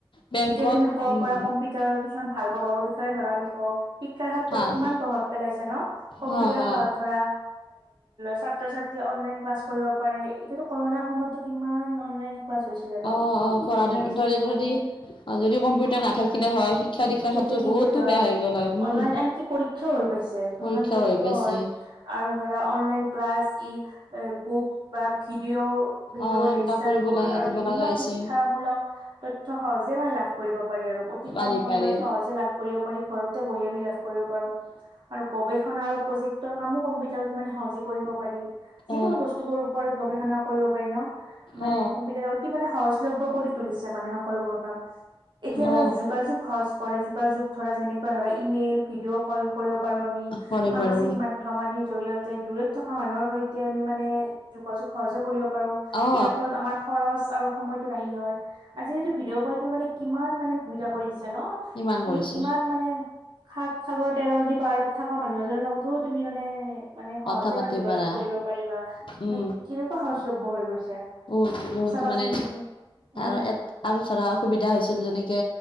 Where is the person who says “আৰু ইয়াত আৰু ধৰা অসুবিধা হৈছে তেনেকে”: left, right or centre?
Left